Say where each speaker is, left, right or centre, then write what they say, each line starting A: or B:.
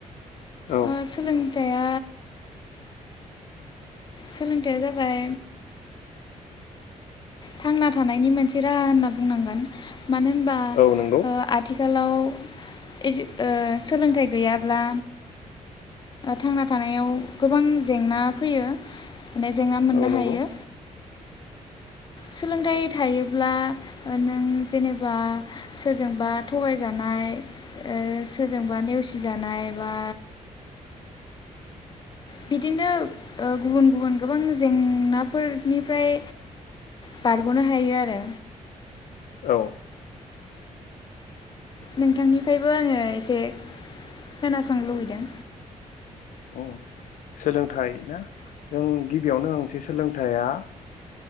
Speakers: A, on the left (about 70°); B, on the left (about 35°).
A: औ
B: ओ सोलोंथाया सोलोंथायाइया जाबाय थांना थानायनि मोनसे राहा होनना बुंनांगोन मानो होनबा
A: औ नंगौ
B: ओ आथिखाल आथिखालाव सो ओ सोलोंथाइ गैयाब्ला थांना थानायाव गोबां जेंना फैयो। माने जेंना मोननो
A: औ नंगौ
B: हायो। सोलोंथाइ थायोब्ला नों जेनेबा सोरजोंबा थगायजानाय ओ सोरजोंबा ओ नेवसिजानाय बा बिदिनो गुबुन गुबुन गोबां जेंनाफोरनिफ्राय बारग'नो हायो आरो।
A: औ
B: नोंथांनिफ्रायबो आङो एसे खोनासंनो लुबैदों।
A: उम, सोलोंथाइ ना जों गिबियावनो होनसै सोलोंथाइया